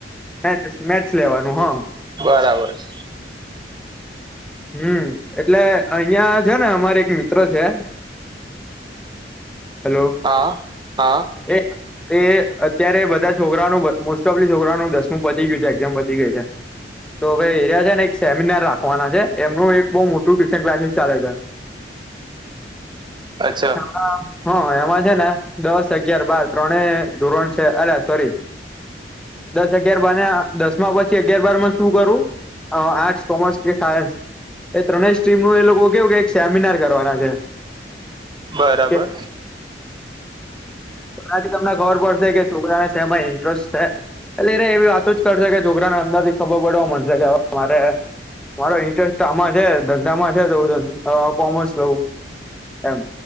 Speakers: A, in the centre; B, on the right (about 25°).
A: મેથ મેથ્સ લેવાનું હ.
B: બરાબર છે.
A: હમ એટલે. અહિયાં છે ને, અમારે એક મિત્ર છે હેલો.
B: <unintelligible>
A: એ એ અત્યારે બધા છોકરાનું મોસ્ટ ઓફ લી છોકરાનું દસમું પતી ગયું છે એક્ઝામ પતી ગઈ છે. તો હવે એરિયા છે ને એક સેમિનાર રાખવાના છે એમનું એક બહુ મોટું ક્લાસસી ચાલે છે.
B: અચ્છા
A: હા. હ એમાં છે ને દસ અગિયાર બાર ત્રણે ધોરણ છે અલ્યા સોરી. દસ અગિયાર બાર ના દસ માં પછી અગિયાર બારમાં શું કરું? આર્ટસ, કોમર્સ, કે સાયન્સ, એ ત્રણેય સ્ટ્રીમ નું એ લોકો કેવું કે એક સેમિનાર કરવાના છે.
B: બરાબર.
A: કે એનાથી તમને ખબર પડશે કે છોકરાને સેમા ઇન્ટરેસ્ટ છે. એટલેરે એવી વાતો જ કરશે કે છોકરાને અંદર થી ખબર પડવા મળશે કે હવે મારે. મારો ઇન્ટરેસ્ટ આમાં છે ધંધામાં છે તો કોમર્સ લઉ. એમ